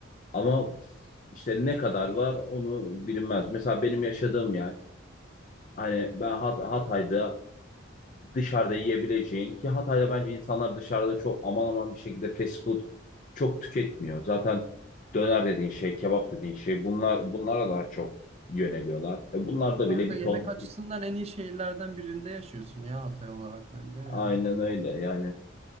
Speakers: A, on the left (about 40°); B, on the right (about 30°).
A: Ama işte ne kadar var onu bilinmez. Mesela benim yaşadığım yer hani ben Hat- Hatay'da dışarıda yiyebileceğin ki Hatay'da bence insanlar dışarıda çok aman aman bir şekilde fast food çok tüketmiyor. Zaten döner dediğin şey, kebap dediğin şey bunlar bunlara daha çok yöneliyorlar. E bunlar da
B: Kanka
A: bile bir
B: yemek
A: ton
B: açısından en iyi şehirlerden birinde yaşıyorsun ya Hatay olarak bence yani.
A: aynen öyle yani